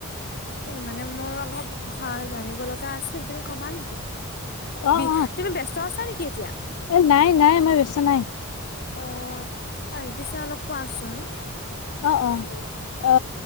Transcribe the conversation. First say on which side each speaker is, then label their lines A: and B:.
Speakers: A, on the left (about 45°); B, on the left (about 70°).
A: এই মানে মোৰ অলপ ক জানিব লগা আছে তুমি কম নেকি?
B: অ',
A: বি তুমি ব্যস্ত আছা নেকি এতিয়া
B: অ, নাই নাই মই ব্যস্ত নাই।
A: অ', ই পিছে অলপ কোৱাচোন
B: অ', অ,